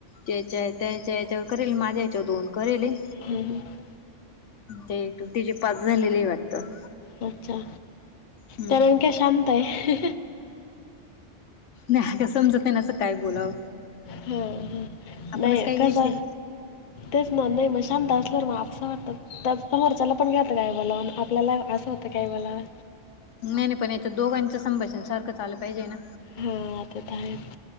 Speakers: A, on the left; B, on the left.
A: त्याच्या त्याच्या याच्यावर करेल माझ्या याच्यावर दोन करेले.
B: हम् ह.
A: ते तिचे पाच झालेले ये वाटतं.
B: अच्छा!
A: हम्म
B: कारण की शांत आहे.
A: नाही का समजत नाय ना असं काय बोलावं.
B: हो ह
A: आपणच
B: नाही
A: काही
B: कसा.
A: विषय
B: तेच ना नाही म शांत असल्यावर म आपसा वाटतात. तर समोरच्याला पण ह्यात काय बोलाव न आपल्याला आसं होतं काय बोलाव.
A: नाही नाही पण याच्या दोघांच संभाषण सारखंच आलं पाहिजे ना?
B: हां ते त आहेच.